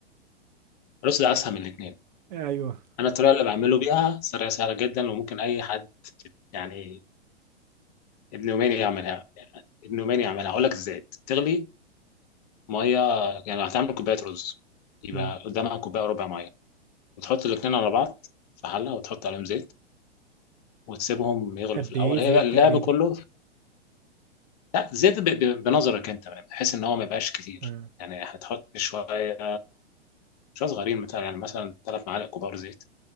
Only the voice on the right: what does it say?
ايوه
مم.
قد
ايه زيت
تقريبا
آه.